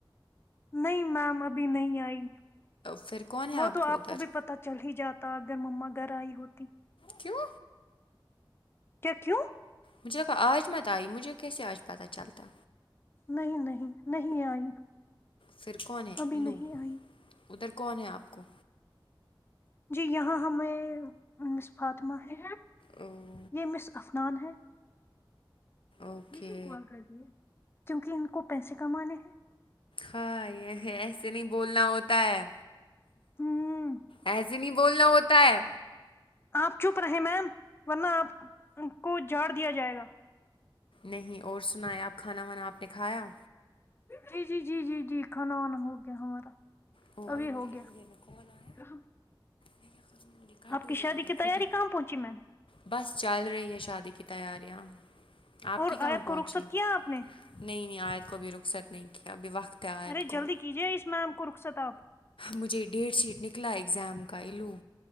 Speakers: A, on the left; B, on the left.
A: نہیں میم ابھی نہیں آئی
B: پھر کون ہے
A: وہ تو آپ
B: ادھر
A: کو بھی پتا چل ہی جا تا اگر مما گھر آئی ہوتی
B: کیوں
A: کیا کیوں
B: مجھے لگا آج مت آئی مجھے کیسے آج پتہ چلتا
A: نہیں نہیں نہیں آئی
B: پھر کون ہے
A: ابھی
B: لو
A: نہیں آئی
B: ادھر کون ہے آپ کو
A: جی یہاں ہم مس فاطمہ ہے
B: اں
A: یہ مس افنان ہے
B: اوکے
A: یہ کیوں کال کر دیے کیونکہ ان کو پیسے کمانے ہیں
B: ہاں یہ ایسے نہیں بولنا ہوتا ہے
A: ہوں
B: ایس ے بولنا ہوتا ہے
A: آپ چپ رہے میم ورنہ آپ کو جھاڑ دیا جائے گا
B: نہیں اور سناے آپ کھانا وانا آپ نے کھایا
A: جی جی جی جی جی کھانا وانا ہو گیا ہمارا
B: او اگر
A: ابھی
B: مجھے
A: ہو گیا
B: اتنی دیر میں کال آیا میں کیا کروں گی مجھے کٹ
A: آپ
B: ہو
A: کی
B: جائے
A: شادی
B: گا
A: کی تیاری
B: خود ہی
A: کہاں پہنچی میم
B: بس چل رہی ہے شادی کی تیاریاں آپ
A: اور
B: کی کہاں
A: آیت
B: پہنچی
A: کو رخصت
B: نہیں
A: کیا آپ نے
B: نہیں آیت کو ابھی رخصت نہیں کیا ابھی وقت ہے آیت
A: ارے
B: کو
A: جلدی کیجیے اس میم کو رخصت آپ
B: مجھے ڈیٹ شیٹ نکلا ایگزام کا ایلو